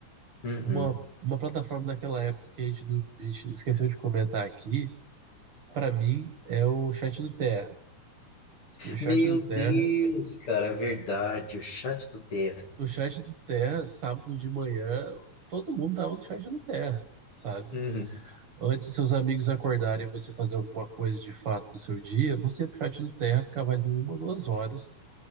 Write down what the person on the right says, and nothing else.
Uma, uma plataforma daquela época que a gente, não- a gente esqueceu de comentar aqui, para mim, é o chat do Terra. E o chat
do Terra,
o chat do Terra, sábado de manhã, todo mundo tava no chat do Terra, sabe?
Antes dos seus amigos acordarem e você fazer alguma coisa de fato no seu dia, você ia pro chat do Terra, ficava ali uma, duas horas,